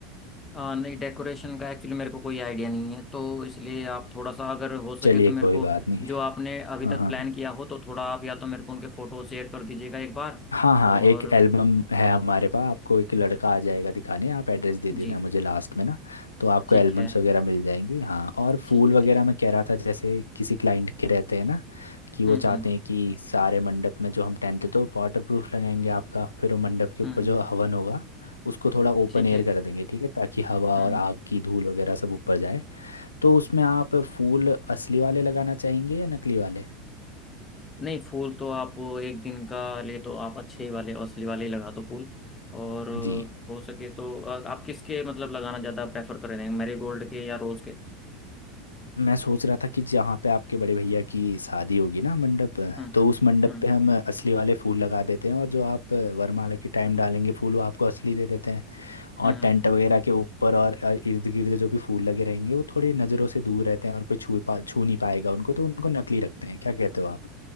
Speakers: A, on the left; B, on the left.
A: आ, नहीं डेकोरेशन का एक्चुअली मेरे को कोई आइडिया नहीं है तो इसलिए आप थोड़ा सा अगर हो सके
B: चलिए
A: तो मेरे
B: कोई
A: को
B: बात नहीं
A: जो आपने अभी
B: हाँ
A: तक
B: हाँ
A: प्लान किया हो तो थोड़ा आप या तो मेरे को उनके फोटो शेयर कर दीजिएगा एक बार
B: हाँ हाँ
A: और
B: एक एल्बम है हमारे पास आपको एक लड़का आ जाएगा दिखाने आप एड्रेस दे देना
A: जी
B: मुझे लास्ट में ना तो आपको
A: ठीक
B: एल्बम्स
A: है
B: वगैरह मिल जाएंगी हाँ और
A: ठीक
B: फूल
A: है
B: वगैरह
A: ठीक है
B: मैं कह रहा था जैसे किसी क्लाइंट के रहते हैं ना कि वो
A: हम्म
B: चाहते
A: हम्म
B: हैं कि सारे मंडप में जो हम टेंट तो वाटर प्रूफ लगाएंगे आपका फिर वो मंडप के ऊपर
A: हम्म
B: जो हवन होगा उसको थोड़ा ओपन
A: ठीक
B: एयर
A: है
B: कर देंगे ठीक है ताकि हवा
A: हम्म
B: और आग की धूल वगैरह सब ऊपर जाए तो उसमें आप फूल असली वाले लगाना चाहेंगे या नकली वाले
A: नहीं फूल तो आप एक दिन का ले तो आप अच्छे वाले असली वाले ही लगा दो फूल और
B: जी
A: हो सके तो अ, आप किसके मतलब लगाना ज़्यादा प्रेफर करेंगे मैरीगोल्ड के या रोज़ के
B: मैं सोच रहा था कि जहाँ पे आपके बड़े भैया की शादी होगी ना मंडप
A: हम्म
B: तो
A: हम्म
B: उस मंडप
A: हम्म
B: पे हम असली वाले फूल लगा देते हैं और जो आप वरमाला के टाइम डालेंगे फूल वो आपको असली दे देते हैं
A: हम्म,
B: और टेंट वगैरह के ऊपर और इर्द गिर्द जो भी फूल लगे रहेंगे वो थोड़ी नज़रों से दूर रहते हैं और कोई छू पा छू नहीं पाएगा उनको तो उनको नकली रखते हैं क्या कहते हो आप